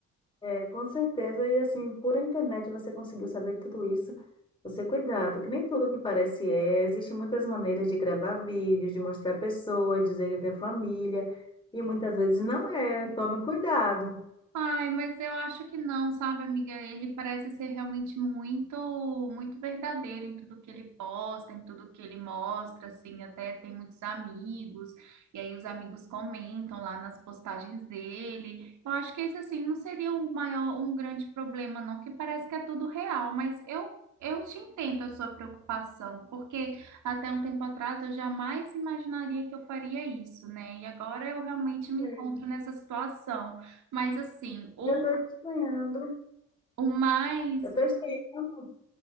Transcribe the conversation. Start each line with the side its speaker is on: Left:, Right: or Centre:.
Left: É, com certeza. E assim, por internet você conseguiu saber tudo isso. Você cuidado, que nem tudo que parece é. Existem muitas maneiras de gravar vídeos, de mostrar pessoas, dizer que é família. E muitas vezes não é. Tome cuidado.
Right: Ai, mas eu acho que não, sabe, amiga? Ele parece ser realmente muito, muito verdadeiro em tudo que ele posta, em tudo que ele mostra, assim, até tem muitos amigos, e aí os amigos comentam lá nas postagens dele. Eu acho que esse, assim, não seria o maior, um grande problema, não, que parece que é tudo real, mas eu Eu te entendo a sua preocupação, porque até um tempo atrás eu jamais imaginaria que eu faria isso, né? E agora eu realmente me
Left: É.
Right: encontro nessa situação. Mas assim, o,
Left: Eu estou estranhando.
Right: o mais.
Left: Eu estou estranhando.